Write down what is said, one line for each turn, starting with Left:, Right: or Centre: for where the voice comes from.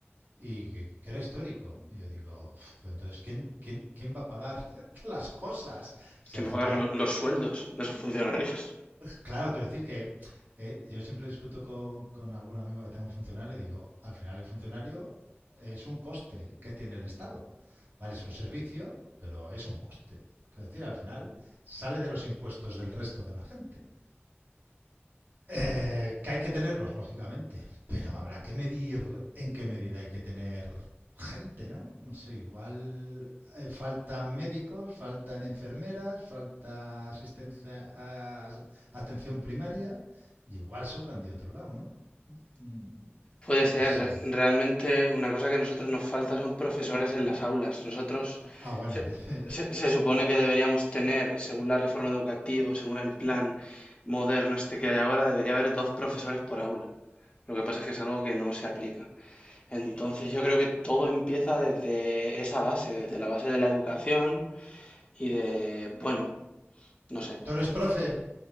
Right: Y que, que era histórico. Y yo digo, "Pf, entonces, ¿quién, quién, quién va a pagar <laughs> las cosas? Si
Left: que
Right: al
Left: mejorar
Right: final
Left: lo- los sueldos de esos funcionarios.
Right: Claro, quiero decir que eh, yo siempre discuto con, con algún amigo que tenga un funcionario y digo, al final el funcionario es un coste que tiene el Estado. Vale, es un servicio, pero es un coste. Quiero decir, al final sale de los impuestos del resto de la gente. Eh, que hay que tenerlos, lógicamente, pero habrá que medir en qué medida hay que tener gente, ¿no? No sé, igual eh, faltan médicos, faltan enfermeras, falta asistencia a- atención primaria, y igual sobran de otro lado, ¿no? Mm,
Left: Puede
Right: No
Left: ser,
Right: sé.
Left: realmente una cosa que a nosotros nos falta son profesores en las aulas. Nosotros
Right: Ah, ah, bueno,
Left: se,
Right: <laughs> ya- sé.
Left: se- se supone que deberíamos tener, según la reforma educativa, o según el plan moderno este que hay ahora, debería haber dos profesores por aula. Lo que pasa es que es algo que no se aplica. Entonces yo creo que todo empieza desde esa base, desde la base de la educación y de, bueno, no sé.
Right: tú eres profe.